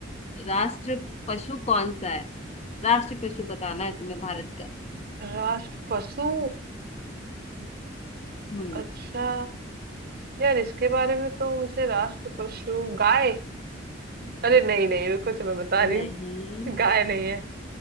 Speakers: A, on the left (about 35°); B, on the right (about 55°).
A: राष्ट्र पशु कौन सा है राष्ट्र पशु बताना है तुम्हें भारत का
B: राष्ट्र पशु
A: हम्म
B: अच्छा यार इसके बारे में तो मुझे राष्ट्र पशु गाय अरे नहीं नहीं रुको चलो मैं बता रही
A: नहीं
B: हूँ गाय नहीं है